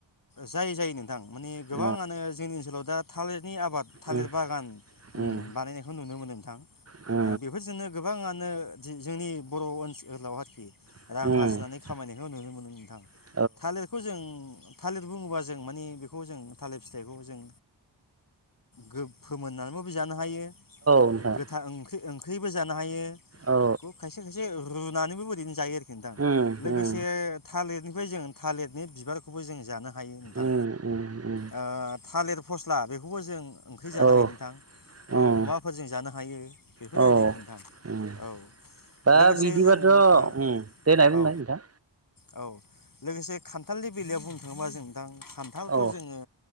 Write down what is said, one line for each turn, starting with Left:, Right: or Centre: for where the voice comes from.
Left: जायो जायो नोंथां माने गोबाङानो
Right: अ
Left: जोंनि ओनसोलाव दा थालिरनि थालिर
Right: उम
Left: बागान
Right: उम उम
Left: बानायनायखौ नुनो मोनो नोंथां
Right: उम
Left: बेफोरजोंनो गोबाङानो जो जोंनि बर ओनसोल
Right: औ
Left: <inaudible> रां आरजिनानै खामायनायखौ नुनो मोनो। नोंथां
Right: औ
Left: थालिरखौ जों थालिर बुङोबा जों माने बेखौ जों थालिर फिथाइखौ जों गो फोमोननानैबो जानो हायो।
Right: नोंथां
Left: गोथां ओंख्रि ओं। ख्रिबो जानो हायो।
Right: औ
Left: खायसे खायसे ओरैनो जायो आरो नोंथां
Right: उम
Left: लोगोसे
Right: उम
Left: थालिर निफ्राय जो थालिरनि बिबारखौबो जोङो जानो हायो नोंथां
Right: उम उम उम
Left: ओ थालिर फस्ला बेखौबो जों ओंख्रि जानो
Right: औ
Left: हायो नोंथां औ अमाफोरजों
Right: उम
Left: जानो हायो बेफोर
Right: औ
Left: आरो नोंथां
Right: उम
Left: औ
Right: दा
Left: लोगोसे
Right: बिदिबाथ'
Left: जों ओ
Right: उम देनाय
Left: औ।
Right: बुंनाय नोंथां
Left: औ लोगोसे खान्थालनि बेलायाव बुं थाङोबा जों खान्थालखौ
Right: औ
Left: जोङो